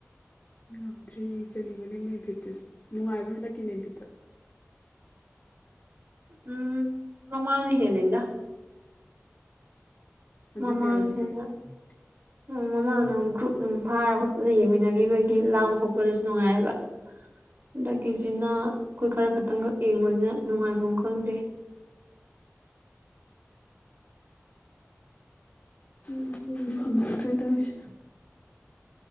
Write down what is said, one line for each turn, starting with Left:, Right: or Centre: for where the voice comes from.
Left: ꯉꯝꯗ꯭ꯔꯦ ꯌꯦꯡ ꯆꯅꯤꯡꯕꯅꯦ ꯃꯦꯟ ꯐꯤꯠꯇꯨꯁꯨ ꯅꯨꯡꯉꯥꯏꯕ꯭ꯔꯣ ꯍꯟꯗꯛꯀꯤ ꯃꯦꯟꯐꯤꯠꯇꯣ
Right: ꯎꯝ ꯃꯃꯥꯥꯡꯅꯥ ꯍꯦꯜꯂꯤꯗ
Left: ꯍꯟꯗꯛ
Right: ꯃꯃꯥꯡ
Left: ꯀꯌꯥ
Right: ꯍꯦꯟꯅꯥ
Left: <inaudible>
Right: ꯎꯝ ꯃꯃꯥꯡꯅ ꯒ꯭ꯔꯨꯞ ꯅꯨꯡ ꯐꯥꯔ ꯈꯣꯠꯄꯗ ꯌꯦꯡꯃꯤꯟꯅꯈꯤꯕꯒꯤ ꯂꯥꯡꯕ ꯈꯣꯠꯄꯗꯁꯨ ꯅꯨꯡꯉꯥꯏꯑꯌꯦꯕ ꯍꯟꯗꯛꯀꯤꯖꯤꯅꯥ ꯈꯣꯏ ꯈꯔ ꯈꯛꯇꯪꯒ ꯌꯦꯡꯕꯅꯤꯅ ꯅꯨꯡꯉꯥꯏꯕꯝ ꯈꯪꯗꯦ
Left: <unintelligible> ꯐꯪꯒꯗ꯭ꯔ ꯇꯧꯏꯁꯦ